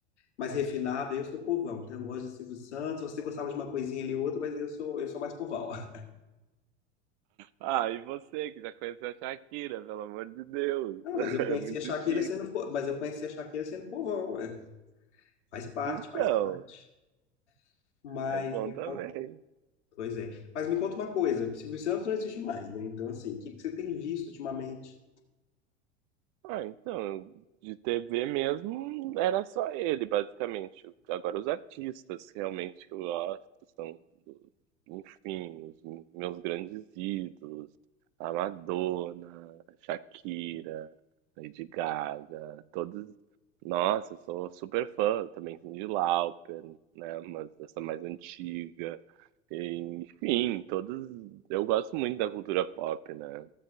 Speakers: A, on the left; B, on the right.
A: mais refinado. Eu sou povão, então eu gosto de Silvio Santos. Você gostava de uma coisinha ali e outra, mas eu sou, eu sou mais povão. <laughs>
B: Ah, e você que já conheceu a Shakira, pelo amor de Deus.
A: Ah,
B: <laughs>
A: mas eu
B: É
A: conheci
B: muito
A: a Shakira
B: chique.
A: sendo, po- mas eu conheci a Shakira sendo povão, ué. Faz parte,
B: Então,
A: faz parte. Mas
B: é bom
A: me
B: também.
A: conta, pois é. Mas me conta uma coisa, Silvio Santos não existe mais, né? Então assim, o que que você tem visto ultimamente?
B: Ah, então, de TV mesmo era só ele, basicamente. Agora os artistas realmente que eu gosto são, enfim, os meus grandes ídolos, a Madonna, a Shakira, Lady Gaga, todos. Nossa, eu sou super fã também, Cyndi Lauper, né? Mas essa mais antiga. Enfim, todos. Eu gosto muito da cultura pop, né?